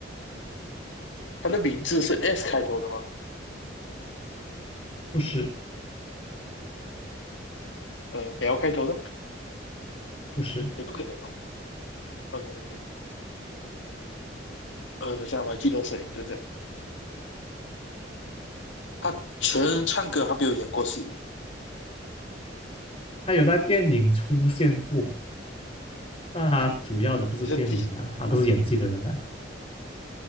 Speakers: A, on the left (about 80°); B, on the left (about 30°).
A: 她的名字是 S 开头的吗？
B: 不是
A: 呃 L 开头的，
B: 不是，
A: 也不可能哦。OK OK，呃，等下我还记得谁？等下，他纯唱歌，他没有演过戏。
B: 他有在电影出现过，但他主要的不是电影啊，
A: 你在第
B: 他不是演技的人啊。